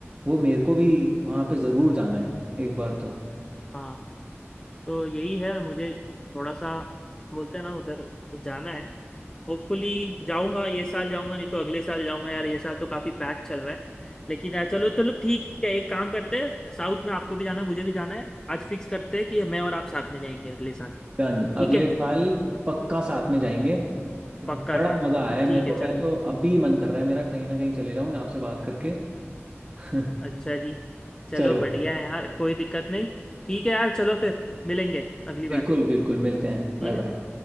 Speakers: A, on the right (about 30°); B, on the left (about 15°).
A: वो मेरे को भी वहां पे जरूर जाना है एक बार तो
B: हाँ तो यही है मुझे थोड़ा सा बोलते हैं ना उधर जाना है होपफुली जाऊंगा ये साल जाऊंगा नहीं तो अगले साल जाऊंगा यार ये साल तो काफी पैक चल रहा है लेकिन यार चलो चलो ठीक है एक काम करते हैं साउथ में आपको भी जाना है मुझे भी जाना है आज फिक्स करते हैं कि मैं और आप साथ में जाएंगे अगले साल
A: डन
B: ठीक
A: अगले
B: है
A: साल पक्का साथ में जाएंगे बड़ा
B: पक्का साथ
A: मजा
B: में जाएंगे
A: आया है
B: ठीक
A: मेरे को
B: है चल
A: मैं तो अभी मन कर रहा है मेरा कहीं ना कहीं चले जाऊं आपसे बात करके <laughs>
B: अच्छा जी चलो
A: चलो
B: बढ़िया है यार कोई दिक्कत नहीं ठीक है यार चलो फिर मिलेंगे अगली
A: बिल्कुल
B: बार
A: बिल्कुल मिलते हैं
B: ठीक
A: Bye bye
B: है